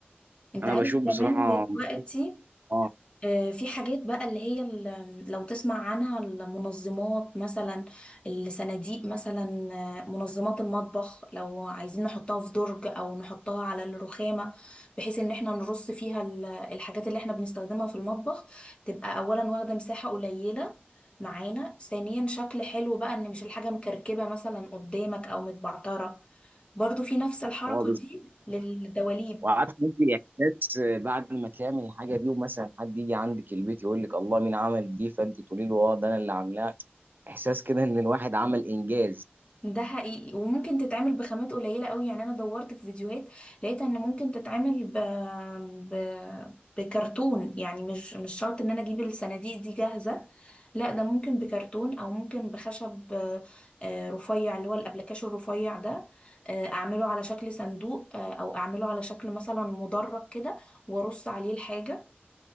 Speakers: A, on the left; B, on the right.
A: أنت
B: انا
A: عارف
B: بشوف بصراحه
A: كمان دلوقتي
B: اه
A: آه، في حاجات بقى اللي هي ال- لو تسمع عنها المنظمات مثلا الصناديق مثلا آه، منظمات المطبخ لو عايزين نحطها في درج او نحطها على الرخامة بحيث ان احنا نرص فيها ال- الحاجات اللي احنا بنستخدمها في المطبخ تبقى اولا واخدة مساحة قليلة معانا ثانيا شكل حلو بقى ان مش الحاجة مكركبة مثلا قدامك او متبعترة برضو في نفس الحركة
B: اه بالظبط
A: دي للدواليب
B: وعارف ممكن احساس بعد ما تعمل الحاجه دي ومثلا حد يجي عندك البيت يقول لك الله مين عمل دي فانت تقولي له اه ده انا اللي عاملاها احساس كده ان الواحد عمل انجاز
A: ده حقيقي وممكن تتعمل بخامات قليلة قوي يعني انا دورت في فيديوهات لقيت ان ممكن تتعمل ب... ب... بكرتون يعني مش مش شرط ان انا اجيب الصناديق دي جاهزة لا ده ممكن بكرتون او ممكن بخشب آه، آه، رفيع اللي هو الابلكاش الرفيع ده آه، اعمله على شكل صندوق آه، او اعمله على شكل مثلا مدرج كده وارص عليه الحاجة